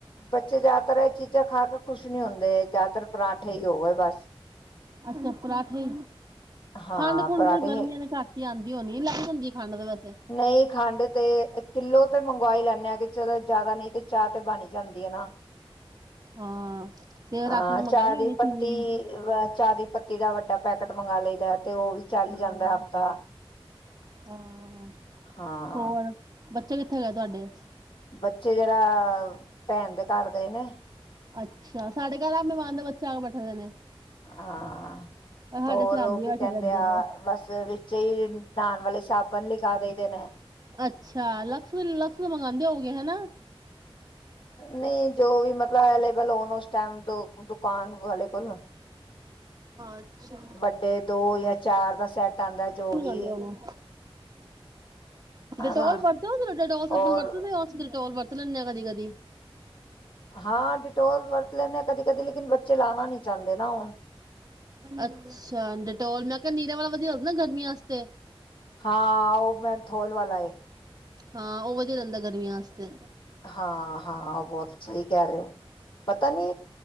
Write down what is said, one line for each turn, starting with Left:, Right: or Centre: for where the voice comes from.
Left: ਬੱਚੇ ਜ਼ਿਆਦਾਤਰ ਇਹ ਚੀਜ਼ਾਂ ਖਾ ਕੇ ਖੁਸ਼ ਨਹੀਂ ਹੁੰਦੇ। ਜ਼ਿਆਦਾਤਰ ਪਰਾਂਠੇ ਹੀ ਹੋ ਗਏ ਬਸ
Right: ਅੱਛਾ ਪਰਾਠੇ
Left: ਹਾਂ
Right: ਖੰਡ ਖੁੰਡ
Left: ਪਰਾਂਠੇ
Right: ਗਰਮੀਆਂ ਦੀ ਕਾਟ ਆਉਂਦੀ ਹੋਣੀ ਐ ਲੱਗ ਜਾਂਦੀ ਹੈ। ਖੰਡ ਤੇ ਵੈਸੇ
Left: ਨਹੀਂ ਖੰਡ ਤੇ ਕਿੱਲੋ ਤੇ ਮੰਗਵਾਈ ਲੈਂਨ ਹਾਂ, ਚਲੋ ਜ਼ਿਆਦਾ ਨਹੀਂ ਤੇ ਚਾਹ ਤੇ ਬਣੀ ਜਾਂਦੀ ਹੈ ਨਾ,
Right: ਹਾਂ ਤੇ
Left: ਹਾਂ
Right: ਰਾਸ਼ਨ ਚ ਮੰਗਾਈ
Left: ਚਾਹ ਦੀ
Right: ਹੋਣੀ ਚੀਨੀ
Left: ਪੱਤੀ
Right: ਵੀ
Left: ਅ ਚਾਹ ਦੀ ਪੱਤੀ ਦਾ ਵੱਡਾ ਪੈਕੇਟ ਮੰਗਾ ਲਈ ਦੇ ਤੇ ਉਹ ਵੀ ਚੱਲ
Right: ਹਾਂ
Left: ਜਾਂਦਾ ਹਫ਼ਤਾ
Right: ਹਾਂ।
Left: ਹਾਂ।
Right: ਹੋਰ ਬੱਚੇ ਕਿੱਥੇ ਗਏ ਤੁਹਾਡੇ?
Left: ਬੱਚੇ ਜਰਾ ਭੈਣ ਦੇ ਘਰ ਗਏ ਨੇ।
Right: ਅੱਛਾ, ਸਾਡੇ ਘਰ ਆਪ ਮੈਮਾਨ ਦਾ ਬੱਚਾ ਆਕੇ ਬੈਠੇ ਦੇ ਨੇ।
Left: ਹਾਂ
Right: ਔਰ ਸਾਡੇ
Left: ਹੋਰ
Right: ਸਰਾਂਦੀ
Left: ਓਹ ਕੀ
Right: ਬੈਠੇ
Left: ਕੈੰਦੇ
Right: ਰਹਿੰਦੇ
Left: ਆ
Right: ਨੇ
Left: ਬਸ ਵਿੱਚੇ ਈ ਨਾਣ ਵਾਲੇ ਸਾਬਣ ਲਿਖ ਜਾਦਾ ਈ ਦੇ ਨੇ‌।
Right: ਅੱਛਾ, ਲਕਸ ਵਲੇ ਲਕਸ ਦੇ ਮੰਗਾਦੇ ਹੋਓਗੇ ਹੈਨਾ।
Left: ਨਹੀਂ ਜੋ ਵੀ ਮਤਲਬ ਅਵੇਲੇਬਲ ਹੋਣ ਓਸ ਟਾਈਮ ਦ ਦੁਕਾਨ ਵਾਲੇ ਕੋਲੋ
Right: ਅੱਛਾ
Left: ਵੱਡੇ ਦੋ ਯਾ ਚਾਰ ਦਾ ਸੈਟ। ਆਉਂਦਾ ਜੋ
Right: ਕਿ
Left: ਵੀ
Right: ਕੈੰਦੇ ਨੇ?
Left: ਹਨਾ
Right: ਡਟੋਲ ਵਰਤੇ ਔ ਜੇਰਾ ਡਟੋਲ ਸਾਬਣ
Left: ਔਰ
Right: ਵਰਤਦੇ ਔ ਅਸੀਂ ਤੇ ਡਟੋਲ ਵਰਤ ਤਲੈਣੇ ਆਂ ਕਦੀ ਕਦੀ।
Left: ਹਾਂ, ਡਿਟੋਲ ਵਰਤ ਲੈਂਦੇ ਆਂ ਕਦੀ ਕਦੀ, ਲੇਕਿਨ ਬੱਚੇ ਲਾਣਾ ਨੀ ਚਾੰਦੇ ਨਾ ਹੁਣ।
Right: ਅੱਛਾ, ਡਟੋਲ ਮੈਂ ਕਿਆ ਨੀਰਾਂ ਵਾਲਾ ਵਧੀਆ ਹੋੰਦਨਾ ਗਰਮੀਆਂ ਆਸਤੇ।
Left: ਹਾਂ ਓਹ ਮੈਂਥੋਲ ਵਾਲਾ ਏ।
Right: ਹਾਂ, ਓਹ ਵਧੀਆ ਰੈੰਦਾ ਗਰਮੀਆਂ ਆਸਤੇ।
Left: ਹਾਂ ਹਾਂ, ਬੌਤ ਸਹੀ ਕੈ ਰੇ ਔ, ਪਤਾ ਨੀ